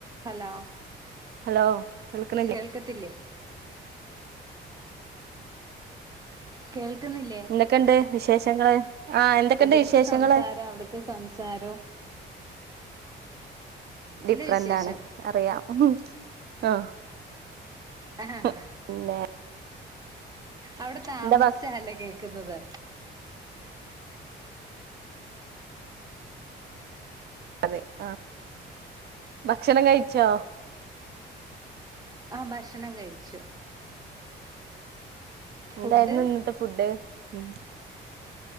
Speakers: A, on the right; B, on the right.
A: Hello,
B: hello കേൾക്കണില്ലേ
A: കേൾക്കത്തില്ലേ? കേൾ ക്ക്ന്നില്ലേ?
B: എന്തൊക്കെയുണ്ട് വിശേഷങ്ങള് ആഹ് എന്തൊക്കെയുണ്ട്
A: ഇവിട്ത്തെ
B: വിശേഷങ്ങള്
A: സംസാരം അവിട്ത്തെ സംസാരോം
B: ഡിഫ്റന്റാണ്
A: വിശേഷം
B: അറിയാം ആഹ്
A: ആഹ്
B: പിന്നെ
A: അവിടെ താമസിച്ചാല്ലേ
B: എന്താ
A: കേക്ക്ന്നത്
B: അതെ ആഹ് ഭക്ഷണം കഴിച്ചോ?
A: ആഹ് ഭക്ഷണം കഴിച്ചു. ഫുഡ്
B: എന്തായിരുന്നു ഇന്നത്തെ ഫുഡ് മ്